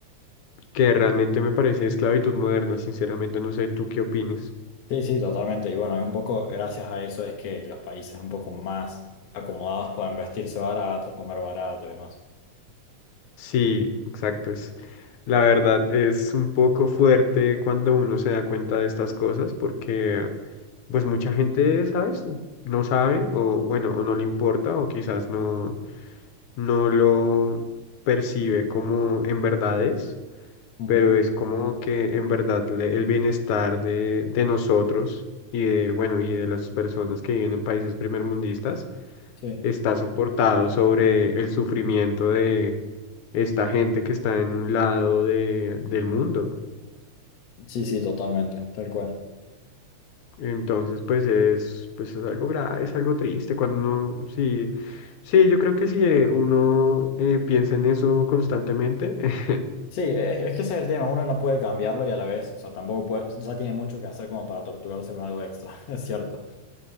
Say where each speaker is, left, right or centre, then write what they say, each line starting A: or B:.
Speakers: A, on the left; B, on the left.
A: que realmente me parece esclavitud moderna, sinceramente, no sé, ¿tú qué opinas?
B: Sí, sí, totalmente. Y bueno, es un poco, gracias a eso es que los países un poco más acomodados pueden vestirse barato, comer barato y demás.
A: Sí, exacto. Es, la verdad es un poco fuerte cuando uno se da cuenta de estas cosas porque pues mucha gente, ¿sabes? No sabe o bueno, o no le importa o quizás no, no lo percibe como en verdad es,
B: Ujú.
A: pero es como que en verdad le- el bienestar de, de nosotros y de, bueno, y de las personas que viven en países primermundistas
B: Sí,
A: está soportado sobre el sufrimiento de esta gente que está en un lado de, del mundo.
B: sí, sí, totalmente, tal cual.
A: Entonces, pues es, pues es algo grave, es algo triste cuando uno, sí, sí, yo creo que si eh, uno eh, piensa en eso constantemente, <laughs>
B: Sí, e- es, que ese es el tema, uno no puede cambiarlo y a la vez, o sea, tampoco puede, o sea, ya tiene mucho que hacer como para torturarse con algo extra, <laughs> es cierto.